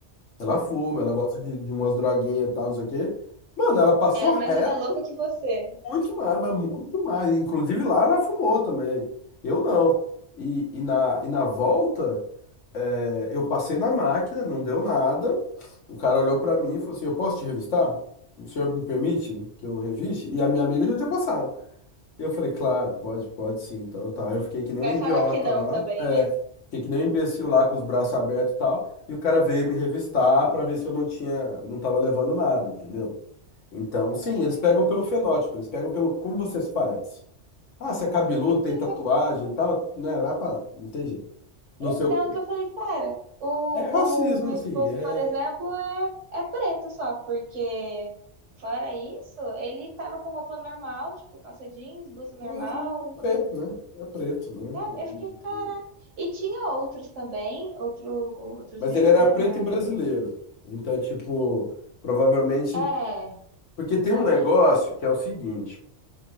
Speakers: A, on the left; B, on the right.
A: Ela fuma, ela gosta de, de umas droguinhas e tal, não sei o quê. Mano, ela passou
B: Ela é mais
A: reto
B: vida louca que você.
A: muito mais, mas muito mais. Inclusive lá ela fumou também. Eu não. E, e, na, e na volta. É, eu passei na máquina, não deu nada. O cara olhou pra mim e falou assim: Eu posso te revistar? O senhor me permite que eu reviste? E a minha amiga já tinha passado. Eu falei: Claro, pode, pode sim. Então tá. Eu fiquei que nem
B: Vai
A: um idiota
B: falar que não
A: lá,
B: também,
A: é,
B: né?
A: fiquei que nem um imbecil lá com os braços abertos e tal. E o cara veio me revistar pra ver se eu não tinha, não tava levando nada, entendeu? Então, sim,
B: Caraca.
A: eles pegam pelo fenótipo, eles pegam pelo como você se parece. Ah, você é cabeludo,
B: É porque
A: tem tatuagem e tal, né? Vai parar, não tem jeito. No
B: Então,
A: seu,
B: é o que eu falei, cara, o,
A: é racismo,
B: o meu esposo,
A: sim, é,
B: por exemplo, é, é preto só, porque fora isso, ele tava com roupa normal, tipo calça jeans, blusa normal,
A: mas é preto, né? É preto, né?
B: sabe?
A: E-
B: Eu fiquei, caraca.
A: e-
B: E tinha outros também, outro, outros
A: Mas
B: negros,
A: ele era
B: né?
A: preto
B: na-
A: e brasileiro. Então, tipo, provavelmente.
B: É,
A: Porque tem
B: realmente.
A: um negócio que é o seguinte: